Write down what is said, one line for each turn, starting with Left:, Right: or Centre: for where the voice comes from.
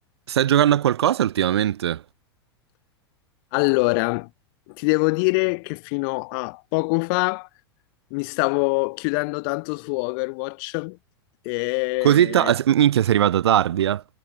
Right: Stai giocando a qualcosa ultimamente?
Left: Allora, ti devo dire che fino a poco fa mi stavo chiudendo tanto su Overwatch e
Right: Così ta- ah, se- Minchia, sei arrivata tardi, eh?